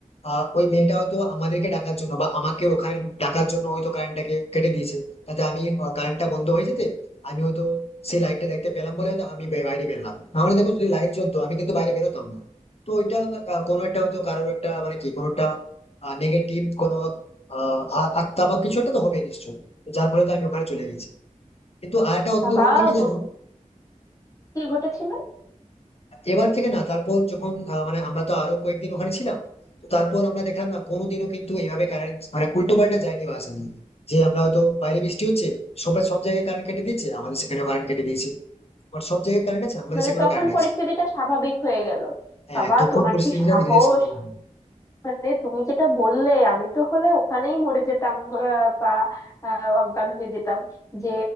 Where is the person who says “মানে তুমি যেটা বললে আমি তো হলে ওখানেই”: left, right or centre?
Left